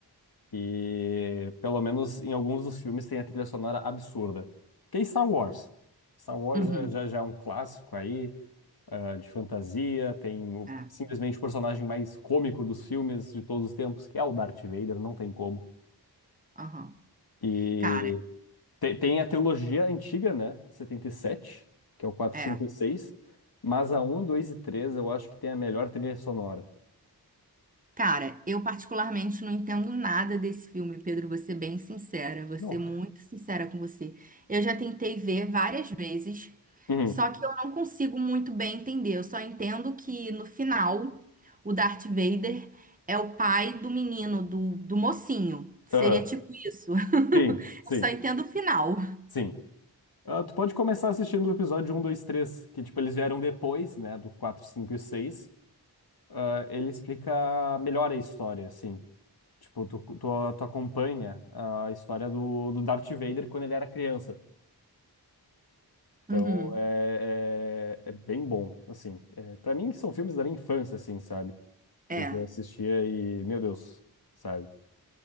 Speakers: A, on the left; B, on the right.
A: E pelo menos em alguns dos filmes tem a trilha sonora absurda. Que é Star Wars. Star Wars
B: Uhum.
A: já, já já é um clássico aí. eh, de fantasia, tem o-
B: É,
A: simplesmente o personagem mais cômico dos filmes de todos os tempos, que é o Darth Vader, não tem como.
B: aham.
A: E
B: Cara,
A: te- tem a trilogia antiga, né, de setenta e sete que é o quatro
B: é.
A: 5 e seis mas a um 2 e 3 eu acho que tem a melhor trilha sonora.
B: Cara, eu particularmente não entendo nada desse filme, Pedro, vou ser bem sincera, vou
A: Não.
B: ser muito sincera com você. Eu já tentei ver várias vezes,
A: Uhum.
B: só que eu não consigo muito bem entender. Eu só entendo que no final o Darth Vader é o pai do menino, do, do mocinho. Seria
A: Aham.
B: tipo isso.
A: Sim,
B: <laughs>
A: sim,
B: Eu só entendo o final.
A: sim. Ah, tu pode começar assistindo o episódio um 2 três que tipo, eles vieram depois, né, do 4 5 e seis Ah, ele explica melhor a história, assim. Tipo, tu, tu, tu acompanha a história do, do Darth Vader quando ele era criança. Então,
B: Uhum.
A: é, é, é bem bom, assim. É, para mim, são filmes da minha infância, assim, sabe? Que
B: É.
A: eu assistia e, meu Deus, sabe?